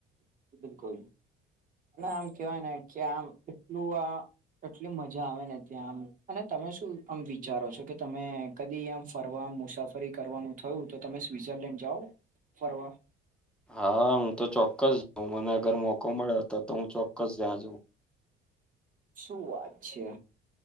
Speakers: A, on the right; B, in the centre.
A: બિલકુલ અને આમ કેવાય ને કે આમ એટલું આ એટલી મજા આવે ને ત્યાં આમ અને તમે શું આમ વિચારો છો કે તમે કદી આમ ફરવા, મુસાફરી કરવાનું થયું તો તમે સ્વિ્ઝરલેન્ડ જાઓ ફરવા.
B: હા હું તો ચોક્કસ જાઉં મને અગર મોકો મળે તો તો હું ચોક્કસ ત્યાં જઉં.
A: શું વાત છે